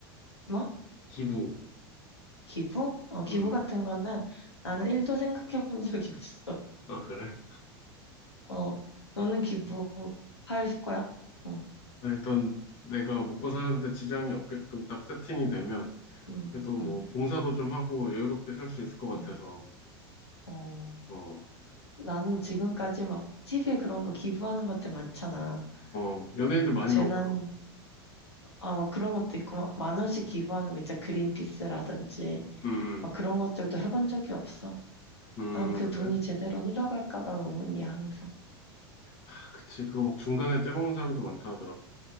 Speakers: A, on the left; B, on the left.
A: 뭐?
B: 기부.
A: 기부? 어, 기부
B: 음,
A: 같은 거는 나는
B: 음.
A: 일도 생각해 본 적이 없어.
B: 아, 그래?
A: 어, 너는 기부할 거야? 응,
B: 아, 일단 내가 먹고 사는데 지장이 없게끔 딱 세팅이 되면
A: 응,
B: 그래도 뭐
A: 응,
B: 봉사도 좀 하고 여유롭게 살 수 있을 것 같아서.
A: 응. 어,
B: 어,
A: 나는 지금까지 막 TV에 그런 거 기부하는 것들 많잖아.
B: 어, 연예인들
A: 뭐
B: 많이
A: 재난,
B: 나오잖아.
A: 아, 막 그런 것도 있고, 막 만 원씩 기부하는 거 있잖아. 그린피스라든지.
B: 음,
A: 막 그런 것들도 해본 적이 없어.
B: 음,
A: 나는 그
B: 음, 그래?
A: 돈이 제대로 흘러갈까가 의문이야, 항상.
B: 아, 그치. 그거 막 중간에 떼먹는 사람도 많다 하더라.